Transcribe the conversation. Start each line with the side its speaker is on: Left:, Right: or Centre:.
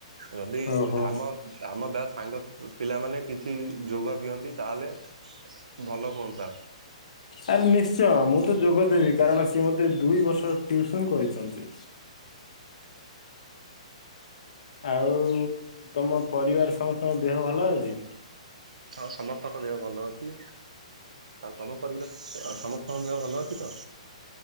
Right: ଯଦି
Left: ଓହୋ
Right: ଆମ ଆମ ବ୍ୟାଚ ସାଙ୍ଗ ପିଲାମାନେ କିଛି ଯୋଗ ଦିଅନ୍ତି ତାହେଲେ ଭଲ ହୁଅନ୍ତା।
Left: ଆରେ ନିଶ୍ଚୟ। ମୁଁ ତ ଯୋଗଦେବି କାରଣ ସିଏ ମତେ ଦୁଇ ବର୍ଷ ଟିଉସନ କରିଚନ୍ତି। ଆଉ ତମ ପରିବାର ସମସ୍ତଙ୍କ ଦେହ ଭଲ ଅଛି?
Right: ହଁ ସମସ୍ତଙ୍କ ଦେହ ଭଲ ଅଛି। ଆଉ ତମ ପରିବାର? ସମସ୍ତଙ୍କ ଦେହ ଭଲ ଅଛି ତ?